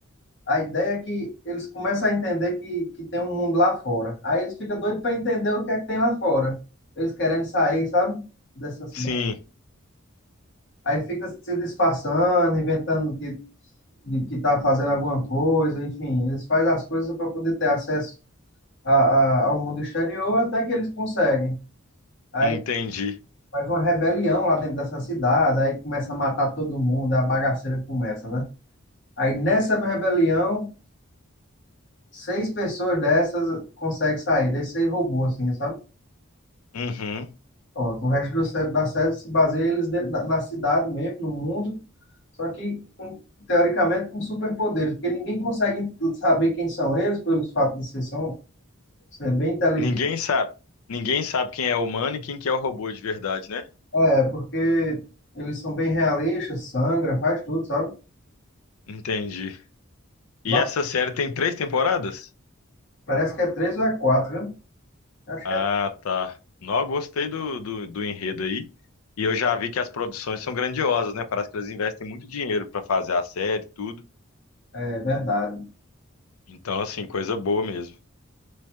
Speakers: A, on the left; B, on the left.
A: A ideia é que eles começam a entender que, que tem um mundo lá fora. Aí eles ficam doidos para entender o que é que tem lá fora. Eles querendo sair, sabe? Dessa cidade.
B: Sim,
A: Aí fica se disfarçando, inventando que, de que tá fazendo alguma coisa, enfim. Eles fazem as coisas para poder ter acesso a, a, ao mundo exterior até que eles conseguem. Aí
B: entendi.
A: faz uma rebelião lá dentro dessa cidade, aí começa a matar todo mundo, a bagaceira começa, né? Aí nessa rebelião Seis pessoas dessas conseguem sair, desses seis robôs, assim, sabe?
B: Uhum.
A: Pronto, o resto do, sé- da série se baseia eles dentro da, na cidade mesmo, no mundo, só que, com, teoricamente, com superpoderes, porque ninguém consegue saber quem são eles, pelo fato de ser, são, ser bem inteligentes.
B: Ninguém sabe, ninguém sabe quem é o humano e quem que é o robô de verdade, né?
A: É, porque eles são bem realistas, sangra, faz tudo, sabe?
B: Entendi. E
A: Va-
B: essa série tem três temporadas?
A: Parece que é três ou é quatro, viu? Acho
B: Ah,
A: que é,
B: tá. Não, gostei do, do, do enredo aí. E eu já vi que as produções são grandiosas, né? Parece que elas investem muito dinheiro pra fazer a série e tudo.
A: é verdade.
B: Então, assim, coisa boa mesmo.